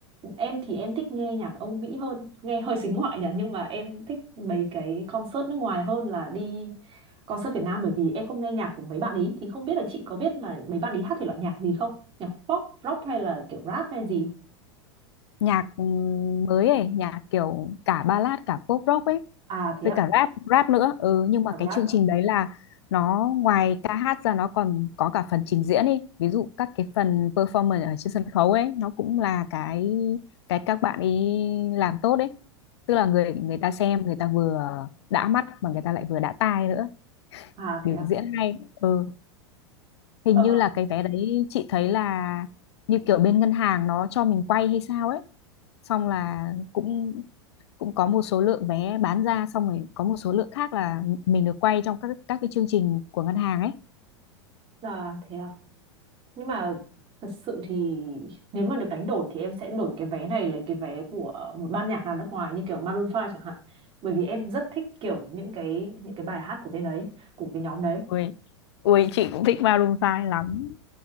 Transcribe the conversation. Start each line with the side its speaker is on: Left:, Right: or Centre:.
Right: em thì em thích nghe nhạc Âu Mỹ hơn nghe hơi xính ngoại nhỉ nhưng mà em thích mấy cái concert nước ngoài hơn là đi concert Việt Nam bởi vì em không nghe nhạc của mấy bạn ấy thì không biết là chị có biết là mấy bạn ấy hát thể loại nhạc gì không nhạc pop rock hay là kiểu rap hay gì
Left: Nhạc ừm, mới ấy, nhạc kiểu cả ballad cả pop rock ấy
Right: À thế
Left: với
Right: ạ,
Left: cả rap rap nữa. Ừ nhưng mà
Right: à, rap
Left: cái chương
Right: ạ.
Left: trình đấy là nó ngoài ca hát ra nó còn có cả phần trình diễn đi. Ví dụ các cái phần performance ở trên sân khấu ấy nó cũng là cái cái các bạn ấy làm tốt đấy. Tức là người người ta xem người ta vừa đã mắt mà người ta lại vừa đã tai nữa
Right: À
Left: biểu
Right: thế ạ.
Left: diễn hay ừ. hình
Right: Ờ,
Left: như là cái vé đấy chị thấy là như kiểu bên ngân hàng nó cho mình quay hay sao ấy xong là cũng cũng có một số lượng vé bán ra xong rồi có một số lượng khác là mình được quay trong các các cái chương trình của ngân hàng ấy
Right: à thế ạ. nhưng mà thật sự thì nếu mà được đánh đổi thì em sẽ đổi cái vé này lấy cái vé của một ban nhạc nào nước ngoài như kiểu Maroon 5 chẳng hạn bởi vì em rất thích kiểu những cái những cái bài hát của bên đấy của cái nhóm đấy
Left: Ui, ui chị cũng thích Maroon 5 lắm.